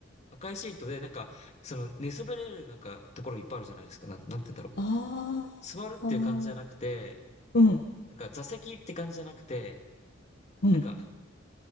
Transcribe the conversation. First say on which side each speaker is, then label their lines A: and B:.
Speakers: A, on the left (about 35°); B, on the left (about 60°).
A: 赤いシートでなんか、その寝そべれるなんかところいっぱいあるじゃないですか。なん、なんて言うんだろう。
B: あ
A: 座るっていう感じじゃなくて、
B: あ。うん。
A: なんか座席って感じじゃなくて、
B: うん。
A: なんか